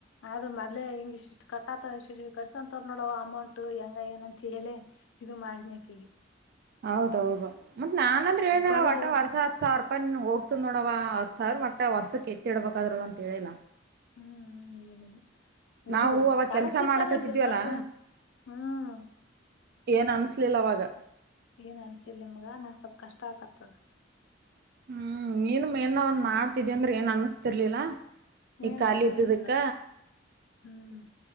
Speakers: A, on the left; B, on the right.
A: ಆದದ್ರ ಮೊದ್ಲೆ ಹಿಂಗ ಇಷ್ಟ ಕಟ್ಟಾ ಇಷ್ಟ ಕಟ್ಸಕಂತ ನೋಡ ಅಮೌಂಟ್ ಹೆಂಗ ಏನಂತ ಹೇಳಿ ಇ ಮಾರ ನಕಿ
B: ಹೌದೌದು ಮತ್ತತ್ ನಾನ್ಂದ್ರ ಹೇಳನ
A: ಬಡುರ್
B: ಒಟ್ಟ
A: ಅದಾರ
B: ವರ್ಷ ಹತ್ ಸಾವರ ರೂಪಾಯಿ ಹ್ತ್ ನೋಡವ ಹತ್ ಸಾವಿರ ಒಟ್ಟ ವರ್ಕ್ಕೆತ್ತ ಡಬೇಕಾದ್ರದ ಅಂತ ಹೇಳಿಲ್ಲ
A: ಹ್ಮ್ ಎಳುದು ಇದು
B: ನಾವು ಅವಾಗ
A: ಸ್ಕಾಲರ್ಶಿಪ್
B: ಕೆಲ್ಸ ಮಾಡಕತ್ತಿದ್ವಲ್ಲಾ
A: ಆಗಂೆ ಬರ್ತದೆ ಹ್ಮ್
B: ಏನ್ ಅನ್ಸ್ಲಿಲ್ಲ ಅವವಾಗ
A: ಏನ್ ಅನ್ಸಿಲ್ಲ ನಿಮ್ಗ ನಂಂಗ ಸ್ವಲ್ಪ್ ಕಷ್ಟ ಆಕತ್ತದ
B: ಹ್ಮ್ ನೀನು ಮೇನ್ ಒಂದ್ ಮಾಡ್ತಿದಿ ಅಂದ್ರೆ ಏನ್ ಅನ್ಸ್ತಿರ್ಲಿಲ್ಲ ಈ
A: ಏನ್
B: ಕಲಿಿ
A: ಅನ್ಸ್ತಿರ್ಲಿಲ್ಲ
B: ಇದ್ದದಕ್ಕ
A: ಹ್ಮ್